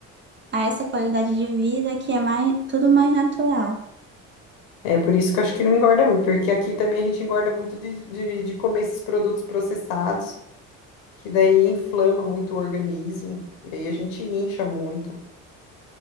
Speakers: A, on the right; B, on the left.
A: a essa qualidade de vida que é mais, tudo mais natural.
B: É por isso que eu acho que não engorda muito, porque aqui também a gente engorda muito de, de, de comer esses produtos processados, que daí inflama muito o organismo, e aí a gente incha muito.